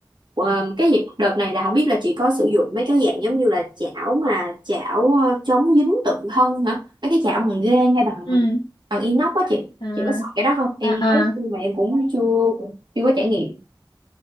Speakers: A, on the right; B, on the left.
A: ờ, cái gì- đợt này là không biết là chị có sử dụng mấy cái dạng giống như là chảo mà chảo ờ, chống dính tự thân hả? Mấy cái chảo bằng ghê hay bằng
B: ừ
A: bằng inox á chị.
B: à
A: Chị có xài cái đó không? Em
B: à
A: có
B: à
A: nhưng mà em cũng chưa chưa có trải nghiệm.